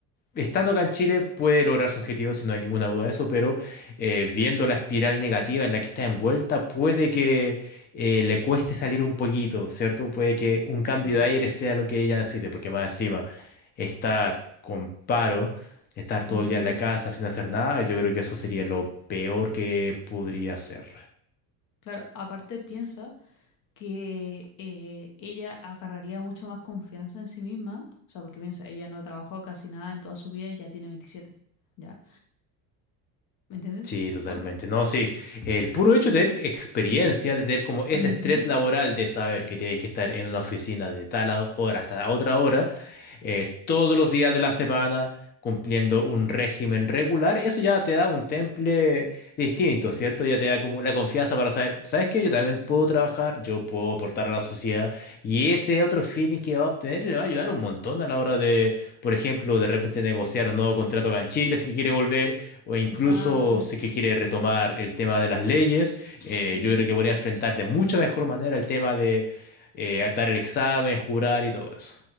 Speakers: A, on the left; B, on the left.
A: estando acá en Chile puede lograr su objetivo, si no hay ninguna duda de eso, pero eh, viendo la espiral negativa en la que está envuelta, puede que eh, le cueste salir un poquito, ¿cierto? Puede que un cambio
B: Sí.
A: de aire sea lo que ella necesite, porque más encima, estar con paro, estar
B: ujú.
A: todo el día en la casa sin hacer nada, yo creo que eso sería lo peor que podría hacer.
B: Claro, aparte piensa que eh, ella agarraría mucho más confianza en sí misma, o sea, porque piensa, ella no ha trabajado casi nada en toda su vida y ya tiene veintisiete ¿ya? ¿Me entiendes?
A: Sí, totalmente.
B: On-
A: No, sí, el puro hecho de tener experiencia, de tener como ese
B: ujú,
A: estrés laboral de saber que tienes que estar en una oficina de tal a- hora hasta otra hora, eh, todos los días de la semana, cumpliendo un régimen regular, eso ya te da un temple distinto, ¿cierto? Ya te da como la confianza para saber, ¿sabes qué? Yo también puedo trabajar, yo puedo aportar a la sociedad y ese otro feeling que va a obtener le va a ayudar un montón a la hora de, por ejemplo, de repente negociar un nuevo contrato acá en Chile si es que quiere volver o incluso
B: exacto.
A: si que quiere retomar el tema de las leyes, eh,
B: Ujú.
A: yo creo que podría enfrentar de mucha mejor manera el tema de eh, dar el examen, jurar y todo eso.